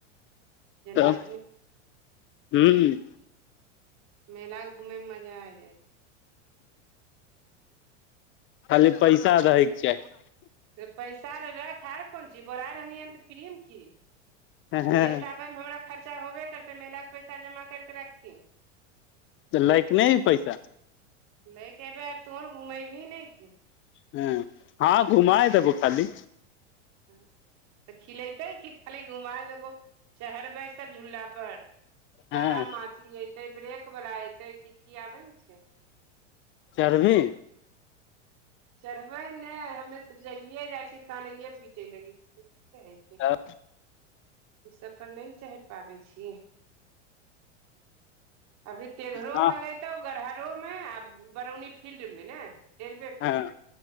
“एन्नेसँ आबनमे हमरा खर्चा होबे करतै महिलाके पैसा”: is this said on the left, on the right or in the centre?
Right